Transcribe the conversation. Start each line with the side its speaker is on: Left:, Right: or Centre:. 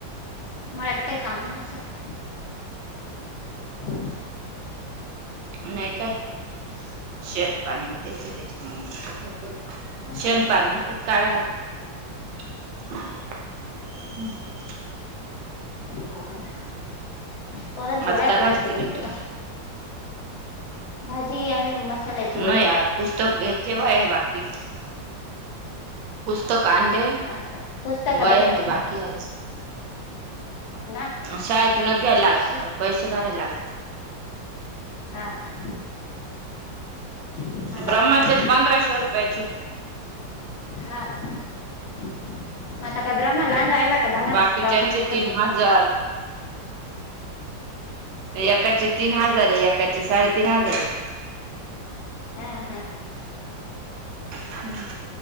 Left: मळ्यात काय कामही नसलं, <inaudible>
Right: नाही काय <inaudible> शेतपाणी त्याच आहे त्याचं मु
Left: हा
Right: शेणपाणी
Left: हा
Right: ते काढाय लागत.
Left: बाळ पोरांची
Right: आज
Left: वह्या,
Right: काय
Left: पुस्तक
Right: भाजी
Left: घेतली
Right: केली तुम्ही
Left: का? भाजी आम्ही मसाल्याचे वडे
Right: नाही पुस्तक घेतल वह्या बाकी आहे. पुस्तक आणले
Left: हा का पुस्तकं
Right: वह्या
Left: भेटत्या
Right: आणि ते
Left: का
Right: बाकीआहे अजून
Left: ना
Right: शाळेतूनच घ्यायला लागतं
Left: श
Right: पण पैसे भरायला लागतं.
Left: हा का. मला
Right: ब्रह्माचेच
Left: वाटलं
Right: पंधराशे रुपयाचे
Left: हा का. मग आता काय ब्रह्मा लहान राहिला का झाला
Right: बाकीच्यांचे
Left: ना ब्रह्माचा खर्च
Right: तीन
Left: चालु
Right: हजार एकाचे तीन हजार एकाचे साडेतीन हजार आहे.
Left: हा हा.
Right: हम्